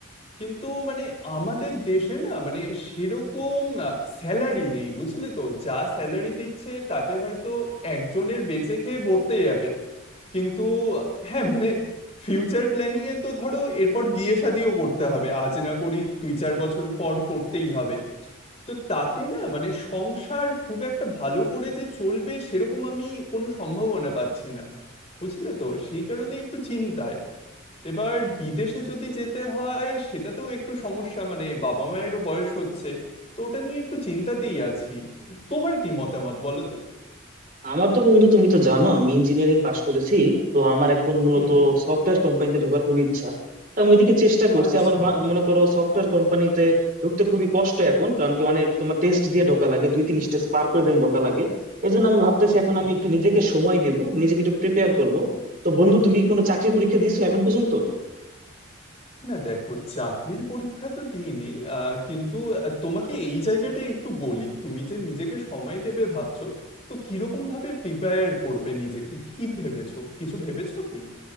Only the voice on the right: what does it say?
আমার তো বন্ধু তুমি তো জানো আমি ইঞ্জিনিয়ারিং পাশ করেছি তো আমার এখন মূলত
সফটওয়্যার কোম্পানিতে ঢোকার খুব ইচ্ছা তা আমি ওইদিকে চেষ্টা করছি
আবার বা- মনে করো সফটওয়্যার কোম্পানিতে ঢুকতে খুবই কষ্ট এখন কারণ কি অনেক তোমার টেস্ট দিয়ে ঢোকা লাগে দুই তিন স্টেজ পার করে দেন ঢোকা লাগে এই জন্য আমি ভাবতেছি এখন
আমি
একটু নিজেকে সময় দিব নিজেকে একটু প্রিপেয়ার করব তো বন্ধু তুমি কোনো চাকরি পরীক্ষা দিছো এখন পর্যন্ত